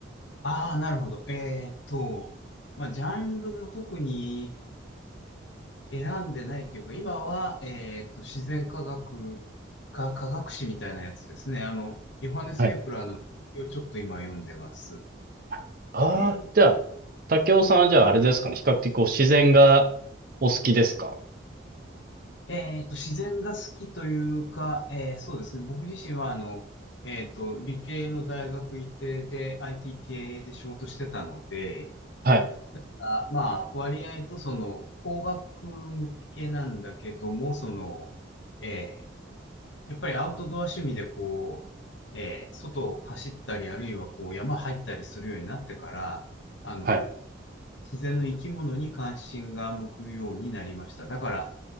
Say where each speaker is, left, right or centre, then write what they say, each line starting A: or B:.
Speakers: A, on the left; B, on the right.
A: ああ、なるほど。えーっと、まあジャンルも特に選んでないっていうか、今は、えーっと、自然科学か科学史みたいなやつですね。あの、ヨハネス・
B: はい。
A: ケプラーの、をちょっと今読んでます。
B: あ
A: ええ
B: あ、じゃあ、武雄さんはじゃああれですかね。比較的こう自然がお好きですか
A: えっと、自然が好きというか、えーそうですね。僕自身は、あの、えっと、理系の大学行ってで、IT 系で仕事してたので、
B: はい。
A: あ、まあ、割合とその、工学向けなんだけども、その、えーやっぱりアウトドア趣味でこう、えー外を走ったり、あるいはこう、山入ったりするようになってから、あの、
B: はい。
A: 自然の生き物に関心が向くようになりました。だから、